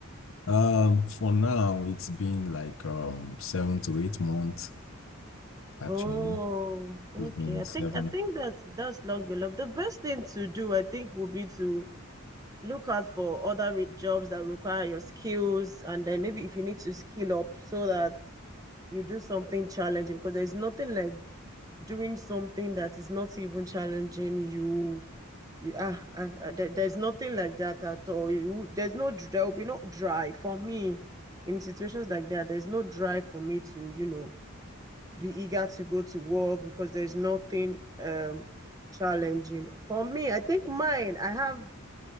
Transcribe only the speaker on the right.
Oh, okay.
I
think I think that's that's long you love. The best thing to do, I think, would be to look out for other re jobs that require your skills, and then maybe if you need to skill up so that you do something challenging, because there's nothing like doing something that is not even challenging you. You ah, I, I, there, there's nothing like that at all. You there's no dr- there will be no drive for me in situations like that. There's no drive for me to you know be eager to go to work because there's nothing um challenging. For me, I think mine, I have